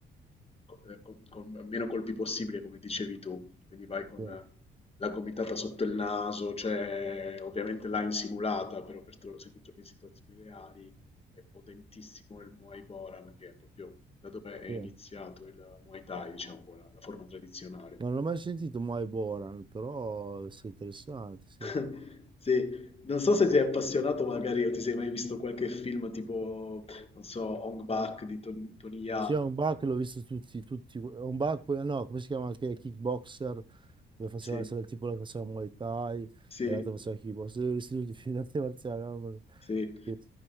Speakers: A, on the left; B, on the right.
A: co- eh, con, con meno colpi possibile, come dicevi tu. Quindi vai con
B: Sì,
A: eh, la gomitata sotto il naso, cioè ovviamente là in simulata, però per tro- se ti trovi in situazioni reali è potentissimo il Muay Boran, che è proprio da dove è iniziato
B: sì.
A: il Muay Thai, diciamo, la la forma tradizionale.
B: Ma Non l'ho mai sentito Mai Boran, però è interessante, sì.
A: <laughs> Sì, non so se ti sei appassionato magari o ti sei mai visto qualche film tipo, non so, Hong Bak di Tony, Tony Jaa.
B: Sì, è un bug, l'ho visto tutti, tutti. È un bug, poi, no, come si chiama anche Kickboxer? dove faceva,
A: Sì,
B: c'era il tipo che faceva Muay Thai
A: sì,
B: e l'altro faceva kickbox, tutti vestiti di arte marziale. mamma mia.
A: sì.
B: Sì.